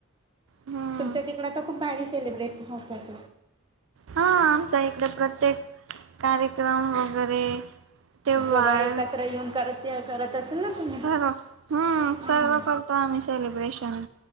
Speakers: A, on the right; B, on the right.
A: हम्म
B: तुमच्या तिकड तर खूप... भारी सेलिब्रेट होत अस...
A: हा आमच्या इकडे प्रत्येक कार्य... क्रम वगैरे त्योहार....
B: जवळ एकत्र येऊन करत करत असेल ना तुम्ही
A: सर्व हम्म
B: हम्म
A: सर्व करतो आम्ही.. सेलिब्रेशन...